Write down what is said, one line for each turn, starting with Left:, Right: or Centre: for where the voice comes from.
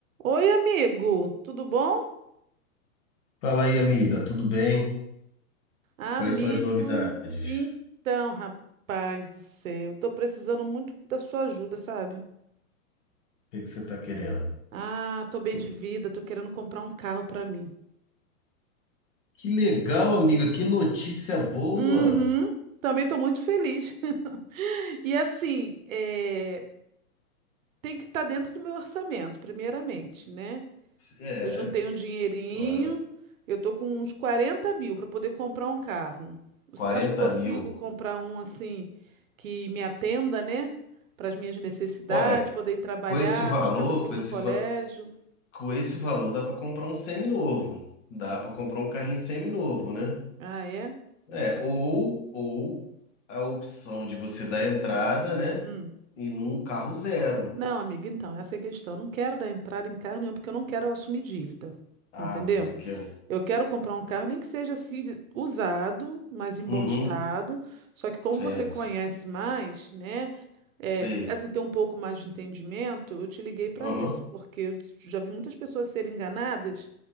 Right: Oi, amigo, tudo bom?
Left: Fala aí, amiga, tudo bem?
Right: Amigo,
Left: Quais são as novidades?
Right: então,
Left: O
Right: rapaz do céu, tô precisando muito da sua ajuda, sabe?
Left: que que você está querendo?
Right: Ah, tô bem
Left: Tu-
Right: de vida, tô querendo comprar um carro pra mim.
Left: Que legal, amiga, que notícia boa!
Right: Uhum, também tô muito feliz. <laughs> E assim, é, tem que estar dentro do meu orçamento, primeiramente, né?
Left: É,
Right: Eu juntei um dinheirinho,
Left: claro.
Right: eu tô com uns 40 mil para poder comprar um carro. Você
Left: quarenta
Right: acha que eu consigo
Left: mil.
Right: comprar um assim que me atenda, né? Para as minhas necessidades,
Left: Olha,
Right: poder ir trabalhar,
Left: com esse valor,
Right: buscar meu filho
Left: com esse,
Right: no colégio?
Left: va- com esse valor dá para comprar um semi-novo. Dá para comprar um carrinho semi-novo, né?
Right: Ah, é?
Left: É, ou, ou a opção de você dar entrada, né?
Right: Hum.
Left: E num carro zero.
Right: Não, amiga, então, essa é a questão. Eu não quero dar entrada em carro nenhum porque eu não quero assumir dívida.
Left: Ah,
Right: Entendeu?
Left: você quer um.
Right: Eu quero comprar um carro, nem que seja assim, de- usado, mas em bom
Left: Uhum,
Right: estado. Só que como
Left: certo.
Right: você conhece mais, né? É,
Left: Sei.
Right: assim, ter um pouco mais de entendimento, eu te liguei para
Left: Aham.
Right: isso, porque eu já vi muitas pessoas serem enganadas